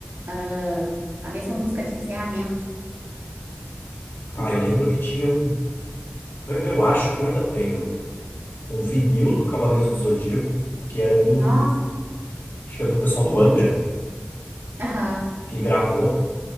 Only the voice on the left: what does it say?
Ah, eu lembro que tinha um. Eu, eu acho que eu ainda tenho um vinil do Cavaleiros do Zodíaco, que é do.
Acho que é do pessoal do Angra,
que gravou.